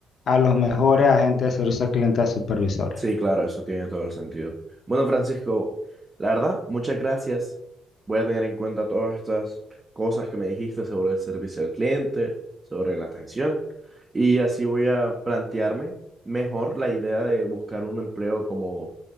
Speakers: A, on the left; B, on the right.
A: a los mejores agentes de servicio al cliente a supervisores.
B: Sí, claro, eso tiene todo el sentido. Bueno, Francisco, la verdad, muchas gracias. Voy a tener en cuenta todas estas cosas que me dijiste sobre el servicio al cliente, sobre la atención, y así voy a plantearme mejor la idea de buscar un empleo como,